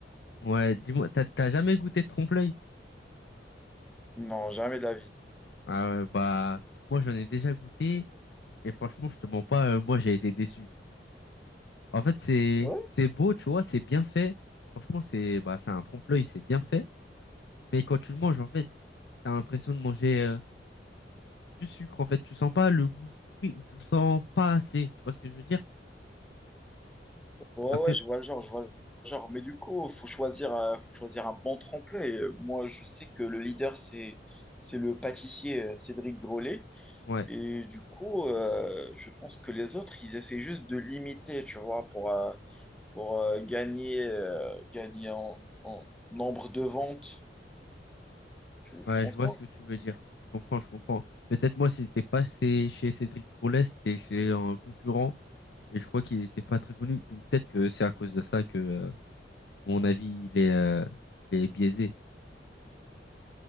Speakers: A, on the left; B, in the centre.
A: Ouais, dis-moi, t'as t'as jamais goûté de trompe-l'œil?
B: Non, jamais de la vie.
A: Ah ouais, bah, moi j'en ai déjà goûté et franchement, je te mens pas, euh, moi j'ai été déçu. En fait, c'est
B: Ouais.
A: c'est beau, tu vois, c'est bien fait. Franchement, c'est bah c'est un trompe-l'œil, c'est bien fait. Mais quand tu le manges, en fait, t'as l'impression de manger euh, du sucre. En fait, tu sens pas le goût du fruit ou tu le sens pas assez. Tu vois ce que je veux dire?
B: Ouais,
A: Après,
B: ouais, je vois le genre, je vois le genre. Mais du coup, faut choisir, euh, faut choisir un bon tremplin. Et euh, moi, je sais que le leader, c'est, c'est le pâtissier euh, Cédric Grolet.
A: ouais,
B: Et du coup, euh, je pense que les autres, ils essaient juste de l'imiter, tu vois, pour, euh, pour euh, gagner, euh, gagner en, en nombre de ventes Je,
A: ouais,
B: je pense
A: je vois
B: pas.
A: ce que tu veux dire. Je comprends, je comprends. Peut-être moi, c'était pas chez chez Cédric Grolet, c'était chez un concurrent. Et je crois qu'il n'était pas très connu. Donc peut-être que c'est à cause de ça que euh, mon avis il est, euh, il est biaisé.